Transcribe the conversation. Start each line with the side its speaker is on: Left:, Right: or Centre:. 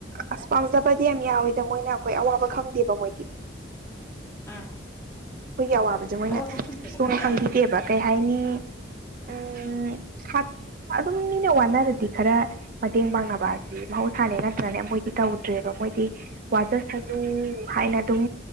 Right: ꯑꯁ ꯄꯥꯝꯖꯕꯗꯤ ꯌꯥꯝ ꯌꯥꯎꯋꯤꯗ ꯃꯣꯏꯅ ꯑꯩꯈꯣꯏ ꯑꯋꯥꯕ ꯈꯪꯗꯦꯕ ꯃꯣꯏꯗꯤ
Left: ꯑꯥ
Right: ꯑꯩꯈꯣꯏꯒꯤ ꯑꯋꯥꯕꯁꯦ ꯃꯣꯏꯅ
Left: ꯑꯋꯥꯕ ꯐꯪꯗꯕ
Right: ꯁꯨꯛꯈꯪ
Left: ꯉꯥꯛꯇ
Right: ꯈꯪꯈꯤꯗꯦꯕ ꯀꯩ ꯍꯥꯏꯅꯤ ꯎꯝ
Left: <unintelligible>
Right: ꯑꯗꯨꯝ ꯃꯤꯅ ꯋꯥꯅꯔꯗꯤ ꯈꯔ ꯃꯇꯦꯡ ꯄꯥꯡꯅꯕ ꯍꯥꯏꯁꯤꯗꯤ ꯃꯍꯧꯁꯥꯅꯦ ꯅꯠꯇ꯭ꯔꯅꯦ ꯃꯣꯏꯗꯤ ꯇꯧꯗ꯭ꯔꯦꯕ ꯃꯣꯏꯗꯤ ꯋꯥꯖꯁꯅꯨ ꯍꯥꯏꯅ ꯑꯗꯨꯝ